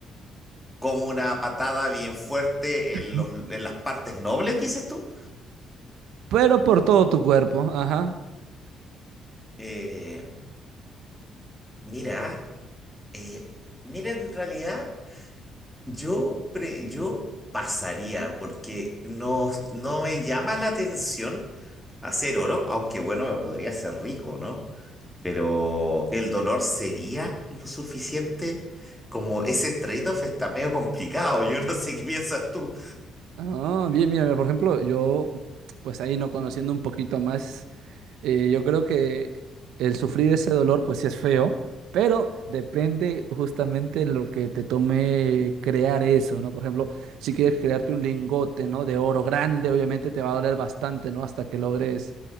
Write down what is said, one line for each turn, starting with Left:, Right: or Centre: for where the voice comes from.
Centre: Como una patada bien fuerte
Right: <laughs>
Centre: en los- en las partes nobles, dices tú.
Right: Pero por todo tu cuerpo, ajá.
Centre: Eh, mira, eh, mira, en realidad... Yo, pre- yo pasaría porque no, no me llama la atención hacer oro, aunque bueno, me podría hacer rico, ¿no? Pero el dolor sería lo suficiente. Como ese trade-off está medio complicado, yo no sé qué piensas tú.
Right: Ah, bien, mira, por ejemplo, yo, pues ahí no conociendo un poquito más, eh, yo creo que el sufrir ese dolor, pues sí es feo, pero depende justamente en lo que te tome crear eso, ¿no? Por ejemplo, si quieres crearte un lingote, ¿no? De oro grande, obviamente te va a doler bastante, ¿no? Hasta que logres,